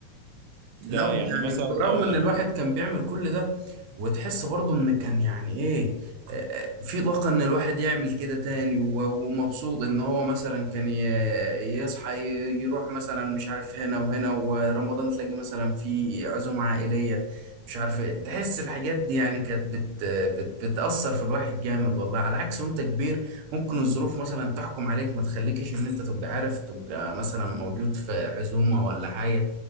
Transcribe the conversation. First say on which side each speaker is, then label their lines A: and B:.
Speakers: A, on the right; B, on the right.
A: ده
B: لا هو
A: يعني مثلا
B: يعني برغم
A: اقول
B: ان
A: لك
B: الواحد كان بيعمل كل ده وتحس برضه ان كان يعني ايه آه، آه، في طاقة ان الواحد يعمل كده تاني و- ومبسوط ان هو مثلا كان ي- يصحى ي- يروح مثلا مش عارف هنا وهنا ورمضان تلاقي مثلا في عزومة عائلية مش عارف ايه تحس الحاجات دي يعني كانت بت بت بتأثر في الواحد جامد والله على عكس وانت كبير ممكن الظروف مثلا تحكم عليك ما تخليكش ان انت تبقى عارف تبقى مثلا موجود في عزومة ولا حاجة